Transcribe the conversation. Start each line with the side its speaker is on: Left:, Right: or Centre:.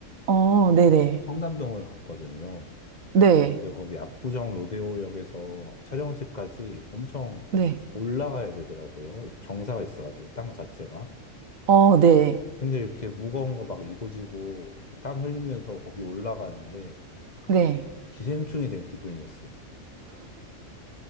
Right: 어,
Left: 어,
Right: 네네,
Left: 청담동을 갔거든요.
Right: 네,
Left: 근데 거기 압구정 로데오역에서 촬영지까지 엄청
Right: 네,
Left: 올라가야 되더라고요. 경사가 있어가지고, 땅 자체가.
Right: 어, 네,
Left: 근데 이렇게 무거운 거 막 이고지고, 이렇게 땀 흘리면서 거기 올라가는데,
Right: 네.
Left: 기생충이 된 기분이었어요.